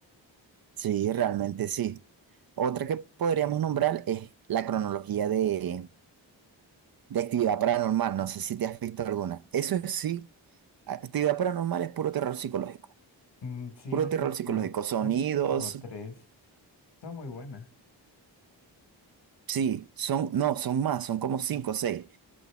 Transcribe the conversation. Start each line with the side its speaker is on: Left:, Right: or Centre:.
Right: sí, realmente sí. Otra que podríamos nombrar es la cronología de, de actividad paranormal. No sé si te has visto alguna. Eso sí Actividad paranormal es puro terror psicológico.
Left: Mm, sí,
Right: Puro
Left: me, he
Right: terror
Left: visto-
Right: psicológico. Sonidos,
Left: me he visto como tres, son muy buenas.
Right: sí, son, no, son más, son como cinco o seis.